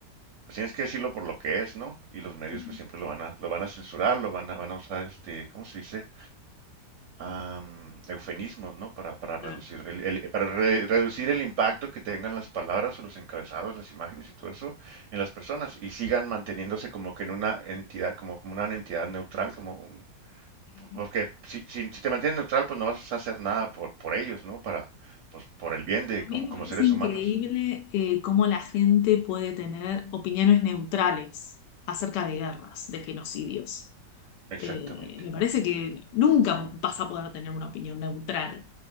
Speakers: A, on the right; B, on the left.
A: pues tienes que decirlo por lo que es, ¿no? Y los medios
B: Ujú.
A: pues siempre lo van a, lo van a censurar, lo van a, van a usar este, ¿cómo se dice? Am, eufemismos, ¿no? Para, para reducir
B: claro.
A: el, el- para re- reducir el impacto que tengan las palabras o los encabezados, las imágenes y todo eso en las personas y sigan manteniéndose como que en una entidad, como, como una entidad neutral, como un-
B: Eh,
A: porque si, si, si te mantienes neutral, pues no vas a hacer nada por, por ellos, ¿no? Para, pues por el bien de,
B: A mí
A: como,
B: me
A: como
B: parece
A: seres
B: increíble
A: humanos.
B: eh, cómo la gente puede tener opiniones neutrales acerca de guerras, de genocidios.
A: Exactamente.
B: Eh, me parece que nunca vas a poder tener una opinión neutral,